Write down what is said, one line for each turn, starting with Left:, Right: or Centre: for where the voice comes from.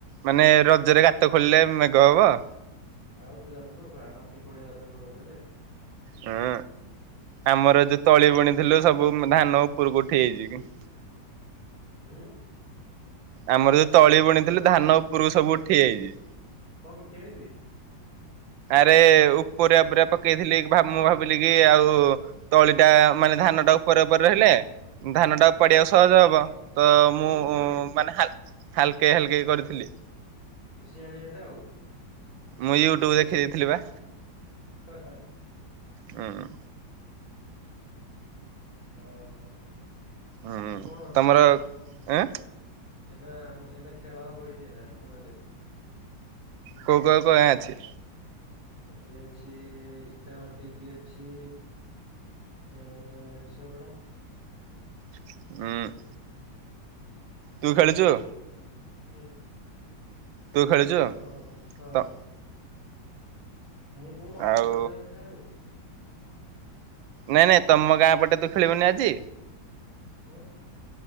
Right: ମାନେ ରଜରେ ଗାତ ଖୋଳିଲେ ମେଘ ହେବ।
Left: ଆଉ ତୁ ଜାଣିନୁ ମା ମାଟି ଖୋଳିବା କଥା ନୁହ ରଜରେ।
Right: ହୁଁ, ଆମର ଯୋଉ ତଳି ବୁଣିଥିଲୁ ସବୁ ଧାନ ଉପରକୁ ଉଠି ଯାଇଛି କି
Left: ହୁଁ।
Right: ଆମର ଯୋଉ ତଳି ବୁଣିଥିଲୁ ଧାନ ଉପରକୁ ସବୁ ଉଠିଯାଇଛି।
Left: କଣଟେ କେମିତି?
Right: ଆରେ ଉପରେଆ ପୁରା ପକେଇଥିଲି ମୁଁ ଭାବିଲି କି ଆଉ ତଳି ଟା ମାନେ ଧାନଟା ଉପରେ ଉପରେ ରହିଲା। ଧାନ
Left: ହଁ
Right: ଟା ଉପାଡିବାକୁ ସହଜ ହବ ତ ମୁଁ
Left: ଉଁ
Right: ମାନେ ହାଲ ହାଲକେ ହାଲକେଇ କରିଥିଲି।
Left: ତୁ ସିଆଣିଆ ଟା ଆଉ।
Right: ମୁଁ ୟୁଟ୍ୟୁବ ଦେଖି ଦେଇଥିଲି ବା।
Left: ହ, ହ।
Right: ହୁଁ।
Left: ଓହୋ
Right: ହୁଁ,
Left: ଆଉ କଣ
Right: ତମର ଏଁ
Left: ଏନା ଆମ ଏନା ଖେଳ ହେବ ଏଇଠି ନା ଆମ ଗାଁରେ।
Right: କୋଉ କ କୟା ଅଛି?
Left: ଆଜି ଅଛି ଇଟା ମାଟିକି ଅଛି। ଏ ଏ ସରଡ଼ା।
Right: ହୁଁ। ତୁ ଖେଳୁଛୁ?
Left: କିଏ?
Right: ତୁ ଖେଳୁଛୁ
Left: ମୁଁ, ହଁ ହଁ।
Right: ତ
Left: ମୁଁ ମୋତେ
Right: ଆଉ
Left: କୁଆଡ଼େ ତାଙ୍କେ ଖେଳେଇବେ।
Right: ନାଇଁ ନାଇଁ ତମ ଗାଁ ପଟେ ତୁ ଖେଳିବୁନି ଆଜି?
Left: ଆଁ?